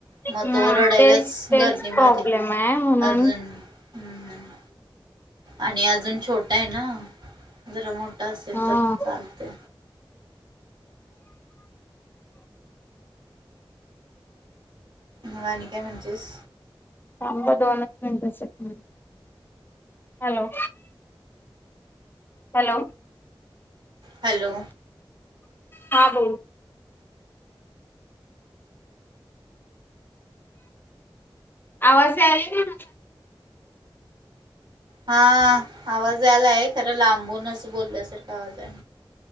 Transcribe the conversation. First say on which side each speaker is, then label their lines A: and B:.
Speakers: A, on the right; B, on the left.
A: मग
B: हम्म
A: तो रडायलाच
B: तेच तेच
A: गर्दीमध्ये
B: प्रॉब्लेम आहे म्हणून
A: अजून ह् आणि अजून छोटा आहे ना जरा मोठ असेल
B: हा
A: तर चालते् म आणि काय म्हणतीस?
B: थांब दोनच मिनटासाठी, हॅलो. हॅलो
A: हॅलो
B: हा बोल. आवाज याला का माझा?
A: हा आवाज यालाय खरं लांबूनचं बोलल्यासारखा आवाज हाय.